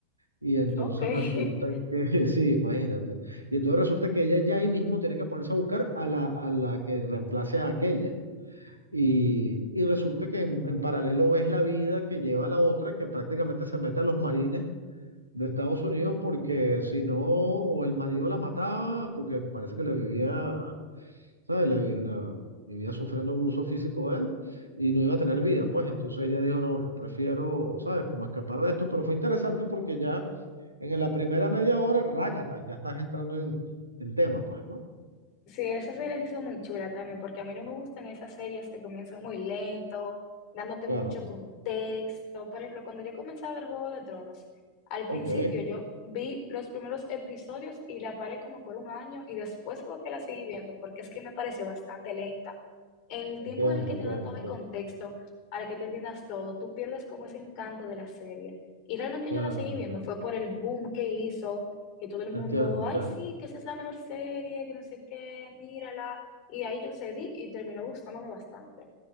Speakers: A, on the right (about 80°); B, on the left (about 40°).
A: Y entonces
B: Ok. <laughs>
A: resulta que, <laughs> sí, imagínate. Y entonces resulta que ella ya ahí mismo tiene que ponerse a buscar a la, a la que reemplace a aquella. Y, y resulta que en, en paralelo es la vida que lleva la otra, que prácticamente se mete a los marines de Estados Unidos, porque si no, o el marido la mataba, porque parece que le vivía ¿sabes? La, vi- la- vivía sufriendo abuso físico de él y no iba a tener vida, pues entonces ella dijo, no, yo prefiero, ¿sabes? Como escapar de esto, pero fue interesante porque ya en la primera media hora, rácata, ya estás entrando en, en tema, pues, ¿no?
B: Sí, esa serie se hizo muy chula también, porque a mí no me gustan esas series que comienzan muy lento, dándote
A: Claro,
B: mucho contexto. Por ejemplo, cuando yo comencé a ver Juego de Tronos, al
A: ok,
B: principio yo vi los primeros episodios y la paré como por un año y después fue que la seguí viendo, porque es que me pareció bastante lenta. En el
A: entiendo,
B: tiempo en el que te
A: entiendo,
B: dan todo
A: entiendo.
B: el contexto para que tú entiendas todo, tú pierdes como ese encanto de la serie. Y realmente
A: Claro,
B: yo la seguí
A: te-
B: viendo,
A: te-
B: fue por el boom que hizo que todo el mundo,
A: entiendo, entiendo.
B: ay, sí, que esa es la mejor serie, que no sé qué, mírala. Y ahí yo cedí y terminó gustándome bastante.